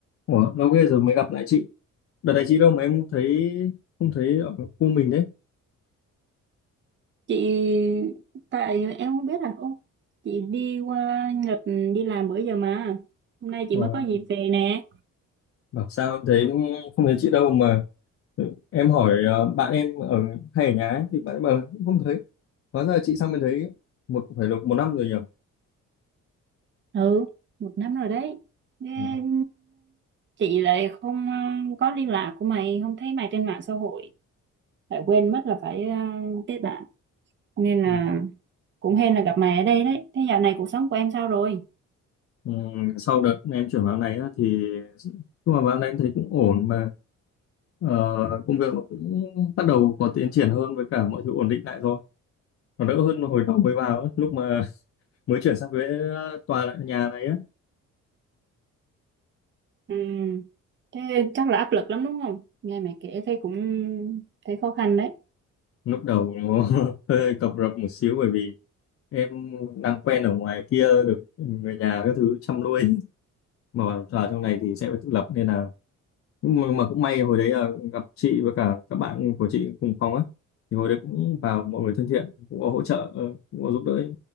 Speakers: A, on the left (about 50°); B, on the right (about 40°).
A: Ủa, lâu ghê rồi mới gặp lại chị. Đợt này chị đâu mà em thấy không thấy ở khu mình đấy.
B: chị tại em không biết là ô chị đi qua Nhật đi làm bữa giờ mà hôm nay chị
A: Ủa,
B: mới có dịp về nè
A: bảo sao em thấy không thấy chị đâu mà ừ, em hỏi ờ, bạn em ở hay ở nhà ấy, thì bạn em bảo là cũng không thấy. Hóa ra là chị sang bên đấy một phải được một năm rồi nhỉ.
B: ừ một năm rồi đấy nên
A: Ừ.
B: chị lại không ờ, có liên lạc của mày không thấy mày trên mạng xã hội lại quên mất là phải ờ, kết bạn nên là
A: Ừ,
B: cũng hên là gặp mày ở đây đấy thế dạo này cuộc sống của em sao rồi
A: ừ, sau đợt em chuyển vào này á, thì nhưng mà vào này em thấy cũng ổn mà ờ, công việc nó cũng bắt đầu có tiến triển hơn với cả mọi thứ ổn định lại rồi. Nó đỡ hơn hồi đầu mới vào ấy, lúc mà <laughs> mới chuyển sang với tòa lại nhà này á.
B: ừ thế chắc là áp lực lắm đúng không nghe mày kể thấy cũng thấy khó khăn đấy
A: lúc đầu nó <laughs> hơi cập rập một xíu bởi vì em đang quen ở ngoài kia được người nhà các thứ chăm nuôi <laughs> mà vào vào trong này thì sẽ phải tự lập nên là nhưng mà, mà cũng may hồi đấy là gặp chị với cả các bạn của chị cùng phòng á thì hồi đấy cũng vào mọi người thân thiện cũng có hỗ trợ ờ, cũng có giúp đỡ